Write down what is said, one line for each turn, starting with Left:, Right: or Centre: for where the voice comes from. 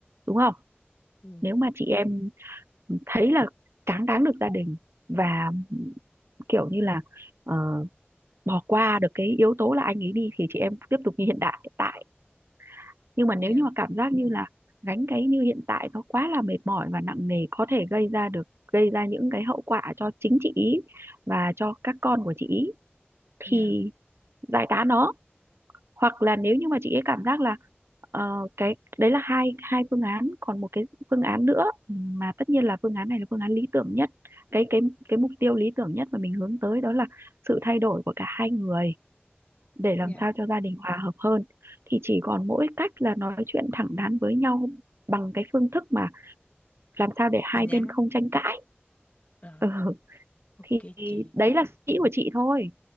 Right: đúng không
Left: ừ
Right: nếu mà chị em thấy là cáng đáng được gia đình và kiểu như là ờ, bỏ qua được cái yếu tố là anh ấy đi thì chị em tiếp tục như hiện đại hiện tại nhưng mà
Left: dạ
Right: nếu như mà cảm giác như là gánh cái như hiện tại nó quá là mệt mỏi và nặng nề có thể gây ra được gây ra những cái hậu quả cho chính chị ý và cho các con của chị ý thì
Left: dạ
Right: giải tán nó hoặc là nếu như mà chị ấy cảm giác là ờ, cái đấy là hai hai phương án còn một cái phương án nữa mà tất nhiên là phương án này là phương án lý tưởng nhất cái cái cái mục tiêu lý tưởng nhất mà mình hướng tới đó là sự thay đổi của cả hai người để làm
Left: dạ
Right: sao cho gia đình hòa hợp hơn thì chỉ còn mỗi cách là nói chuyện thẳng thắn với nhau bằng cái phương thức mà làm sao để hai
Left: tin nhắn
Right: bên không tranh cãi
Left: Ờ,
Right: ừ,
Left: ok
Right: thì
Left: chị,
Right: đấy là suy nghĩ của chị thôi